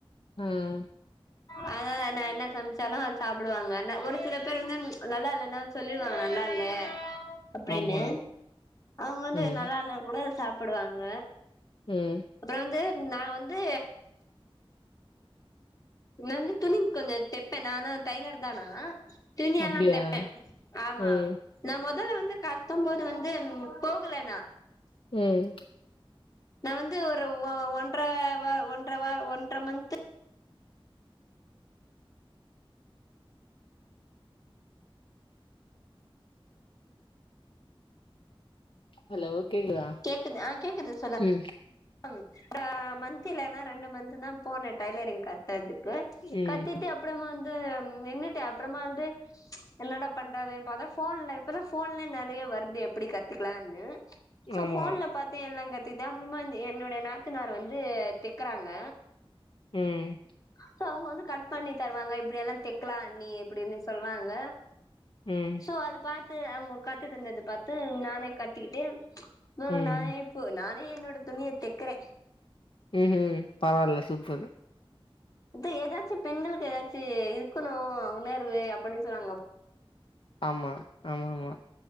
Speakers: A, on the left; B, on the left.
A: ம்
B: அதனால நா என்ன சமைச்சாலு அது சாப்பிடுவாங்க நா ஒரு சில பேர் வந்து நல்லா இல்லன்னா சொல்லிருவாங்க நல்லா இல்ல அப்பிடின்னு
A: ஆமா.
B: அவுங்க வந்து
A: ம்.
B: நல்லா இல்லேனா கூட சாப்பிடுவாங்க
A: ம்
B: அப்புற வந்து நா வந்து நா வந்து துணி கொஞ்ச தெப்பே நானு டெய்லர் தா நா துணி
A: அப்டியா?
B: எல்லா தப்பே ஆமா
A: ம்.
B: நா மொதல்ல வந்து கத்தம் போது வந்து போகல நா
A: ம்
B: நா வந்து ஒரு ஒ ஒன்ற வ ஒன்ற வ ஒன்ற மந்த்து
A: ஹலோ கேக்குதா
B: கேக்குது ஆ கேக்குது சொல்லு
A: ம்.
B: ம் அ மந்தத்லன்னா ரெண்டு மந்த் தா போனே டைலரிங் கத்துறதுக்கு
A: ம்.
B: கத்திட்டு அப்புறமா வந்து நின்னுட்டே அப்புறமா வந்து என்னடா பண்றதுன்னு பாத்தா போன்ல இப்பதா போன்லயே நெறைய வருது எப்டி கத்துக்கலானு சோ
A: ஆமா.
B: போபோன்ல பாத்து என்னனு கத்தகுட்டே அப்புறமா என்னுடைய நாத்தனார் வந்து தெக்குறாங்க
A: ம்
B: சோ அவுங்க வந்து கட் பண்ணி தருவாங்க இப்டி எல்லா தைக்கலா அண்ணி எப்டின்னு சொல்லுவாங்க
A: ம்.
B: சோ அது பாத்து அவுங்க கத்து தந்தது பாத்து நானே கத்துக்கிட்டே உ
A: ம்.
B: நானே இப்போ நானே என்னோட துணிய தெக்கர
A: ம் ஹும் பரவால்ல சூப்பரு
B: இ ஏதாச்சு பெண்களுக்கு ஏதாச்சு இருக்கணு உணர்வு அப்டின்னு சொல்வாங்க
A: ஆமா ஆமாமா